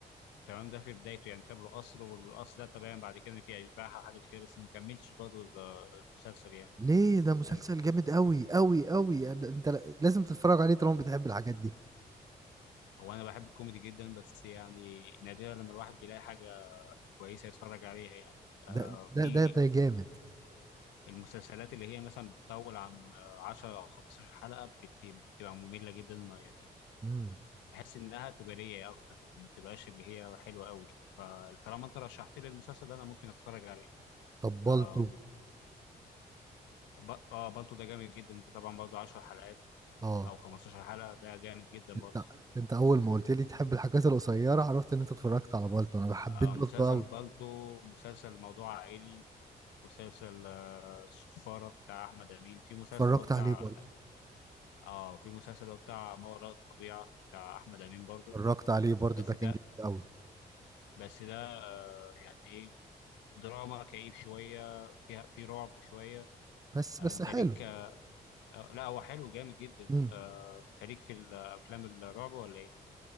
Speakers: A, on the left; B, on the right.
A: تمام ده في بدايته يعني ساب له قصر والقصر ده تمام بعد كده إن في اشباح او حاجه زي كده بس ما كملش برضه ال- المسلسل يعني
B: ليه ده مسلسل
A: ال-
B: جامد قوي قوي قوي انت ل- لازم تتفرج عليه طالما بتحب الحاجات دي
A: هو انا بحب الكوميدي جدا بس يعني نادرا لما الواحد بيلاقي حاجه كويسه يتفرج عليها يعني آه
B: ده
A: في
B: ده ده ده جامد
A: المسلسلات اللي هي مثلا بتطول عن آه، 10 او 15 حلقه بت- بتبقى ممله جدا ما يعني
B: امم
A: بحس انها تجاريه اكتر يعني ما بتبقاش اللي هي حلوه قوي فطالما انت رشحت لي المسلسل ده انا ممكن اتفرج عليه
B: طبلته
A: آه، ب... اه بالطو ده جامد جدا ده طبعا برضه 10 حلقات
B: اه
A: او 15 حلقة ده جامد جدا
B: انت
A: برضه
B: انت اول ما قلت لي تحب الحاجات القصيره عرفت ان انت اتفرجت على بالتو انا حبيت
A: آه
B: بالتو
A: مسلسل
B: قوي
A: بالطو مسلسل موضوع عائلي مسلسل آه السفارة بتاع أحمد أمين في مسلسل
B: اتفرجت
A: هو بتاع
B: عليه برضه
A: اه في مسلسل هو بتاع ما وراء الطبيعة بتاع أحمد أمين برضه
B: اتفرجت عليه برضه
A: بس
B: ده كان
A: ده
B: جامد قوي
A: بس ده آه يعني إيه دراما كئيب شوية فيها في رعب شوية
B: بس
A: آه
B: بس
A: أنت
B: حلو
A: ليك آه لا هو حلو جامد جدا
B: امم
A: آه أنت ليك في الأفلام الرعب ولا إيه؟